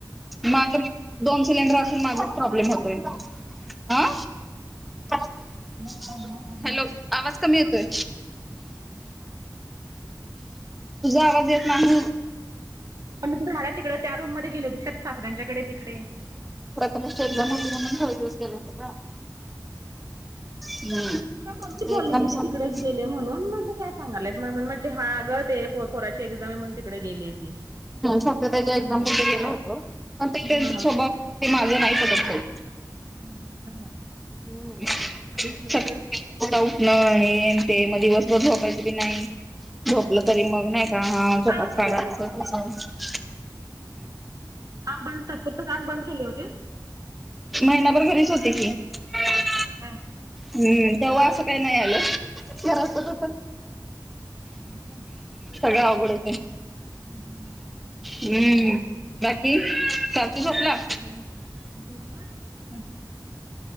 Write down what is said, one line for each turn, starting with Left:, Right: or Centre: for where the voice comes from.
Centre: माझं दोन सिलेंडर असून माझा प्रॉब्लेम होतोय. अ <unintelligible>
Right: <unintelligible>
Centre: हॅलो, आवाज कमी येतोय. तुझा आवाज येत नाही.
Right: म्हणज तु झाला तिकडे त्या रूम मध्ये गेल होते सासऱ्यांच्याकडे तिकडे.
Centre: प्रथम एक्झाम होती ना म्हणून थोडे दिवस गेल होता ना. हम्म
Right: मम्मी
Centre: ते
Right: बोलली
Centre: एक्झाम
Right: तदी
Centre: संपली
Right: तिकडेच गेले म्हणून मग काय सांगालाय म म्हट हा ग ते पुराची एक्साम म्हण तिकडे गेली ती.
Centre: सत त्याच्या एक्झाम
Right: हा
Centre: प ते गेलं होत पण ते त्यांचा
Right: हा हा.
Centre: स्वभाव ते माझं नाही पटत काही.
Right: <unintelligible>
Centre: हम्म,
Right: आलीस मग
Centre: सत
Right: लगेच
Centre: ड उटण हे ते मग दिवसभर झोपायच बी नाही झोपलं तरी मग नाही <unintelligible> हा
Right: तू
Centre: झोपाच
Right: काम बंद
Centre: काढा
Right: केली
Centre: आस
Right: होतीस की
Centre: तस.
Right: काम बंद तात्पुरतं काम बंद केलाय वो ते
Centre: महिनाभर घरीच होते की <unintelligible>
Right: हा काय
Centre: हम्म तव्हा असं काय नाही आलं, खरं असतं तर
Right: आणि कायतर
Centre: सगळ आवडतय
Right: हम्म.
Centre: हम्म, बाकी सार्थी झोपला
Right: बाकी काय नाही, झोपला तो अजून झोपला <unintelligible>